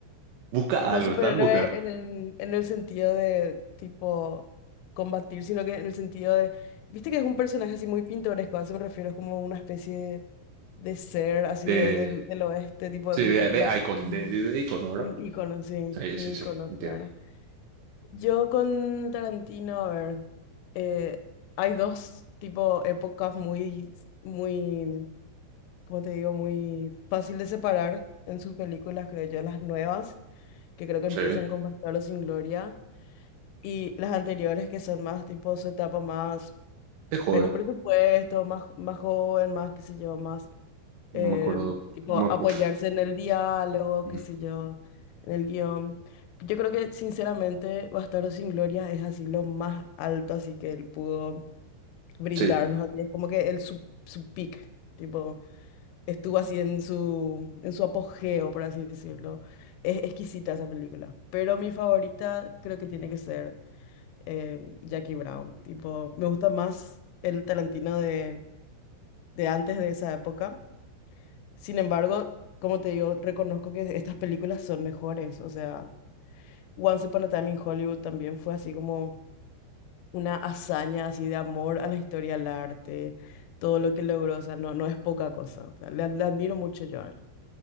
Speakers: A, on the right; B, on the left.
A: busca
B: no
A: algo,
B: superhéroe
A: está en busca
B: en el, en el sentido de tipo combatir, sino que en el sentido de, viste que es un personaje así muy pintoresco, a eso me refiero, es como una especie de, de ser así
A: de,
B: de, del, del oeste, tipo
A: Sí,
B: un-
A: de, de
B: una,
A: Icon,
B: un,
A: de, de, de Icon, ¿no, ¿verdad?
B: un ícono, sí,
A: Sí,
B: un
A: sí,
B: ícono,
A: sí, entiendo.
B: claro. Yo con Tarantino, a ver, eh, hay dos tipo épocas muy, muy, ¿cómo te digo? Muy fácil de separar en sus películas, creo yo, las nuevas, que creo que
A: Sí,
B: empiezan con Bastardos sin Gloria, y las anteriores que son más tipo su etapa más,
A: de joven,
B: menos presupuesto, más, más joven, más, qué sé yo, más
A: no
B: em,
A: me acuerdo.
B: tipo
A: no me
B: apoyarse
A: acu-
B: en el diálogo,
A: Ujú.
B: qué sé yo, en el guión. Yo creo que sinceramente Bastardo sin Gloria es así lo más alto, así que él pudo brindarnos
A: Sí,
B: así. Es como que el su, su peak, tipo, estuvo así en su, en su apogeo, por así decirlo. Es exquisita esa película, pero mi favorita creo que tiene que ser em, Jackie Brown. Tipo, me gusta más el Tarantino de, de antes de esa época sin embargo, como te digo, reconozco que estas películas son mejores. O sea, Once Upon a Time in Hollywood también fue así como una hazaña así de amor a la historia, al arte, todo lo que logró. O sea, no, no es poca cosa. O sea, le, le admiro mucho yo a él.